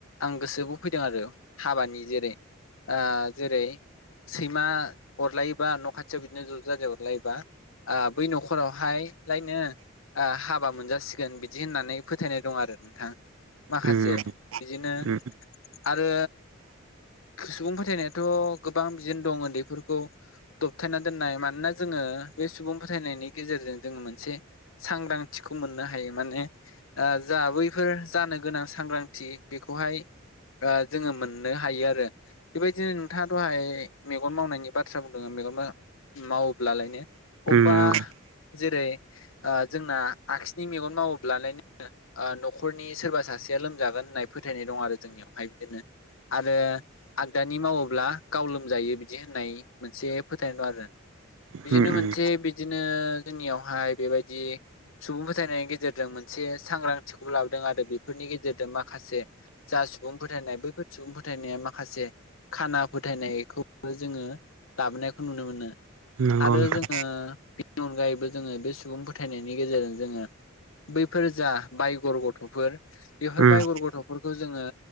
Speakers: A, on the left (about 75°); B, on the right (about 80°).
A: आं गोसो बाव फैदों आरो हाबानि जेरै ओ जेरै सैमा अरलायोबा न' खाथियाव बिदिनो ज' ज' जाजाय अरलायोबा ओ बै नखरावहायलायनो ओ हाबा मोनजासिगोन बिदि होननानै फोथायनाय दं आरो नोंथां। माखासे
B: उम
A: बिदिनो
B: उम
A: आरो सुबुं फोथायनायाथ' गोबां बिदिनो दं उन्दैफोरखौ दबथायना दोननाय मानोना जोङो बे सुबुं फोथायनायनि गेजेरजों जों मोनसे सांग्रांथिखौ मोननो हायो माने ओ जा बैफोर जानो गोनां सांग्रांथि बेखौहाय ओ जोङो मोननो हायो आरो। बेबायदिनो नोंथाङा दहाय मेगन मावनायनि बाथ्रा बुंदों मेगन मा मावोब्लालायनो अबा
B: उम
A: जेरै ओ जोंना आगसिनि मेगनमावोब्ला लायनो ओ नख'रनि सोरबा सासेया लोमजागोन होननाय फोथायनाय दं आरो जोंनियावहाय बिदिनो आरो आगदानि मावोब्ला गाव लोमजायो बिदि होननाय मोनसे फोथायनाय दं आरो।
B: उम
A: बिदिनो मोनसे
B: उम
A: बिदिनो जोंनियावहाय बेबायदि सुबुं फोथायनायनि गेजेरजों मोनसे सांग्रांथिखौबो लाबोदों आरो बेफोरनि गेजेरजों माखासे जा सुबुं फोथायनाय बैफोर सुबुं फोथायनाया माखासे खाना फोथायनायखौबो जोङो लाबोनायखौ नुनो मोनो।
B: नंगौ
A: आरो
B: नोंथां
A: जोङो बेनि अनगायैबो जोङो बे सुबुं फोथायनायनि गेजेरजों जोङो बैफोर जा बायगर गथ'फोर बेफोर
B: उम
A: बायगर गथ'फोर खौ जोङो